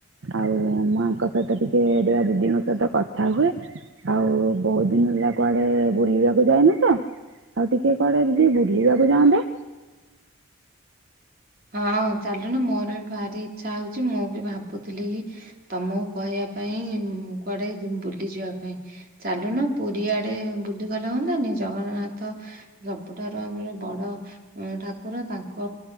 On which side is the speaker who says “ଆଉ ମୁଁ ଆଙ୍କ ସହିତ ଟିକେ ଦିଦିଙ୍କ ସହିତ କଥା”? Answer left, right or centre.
Right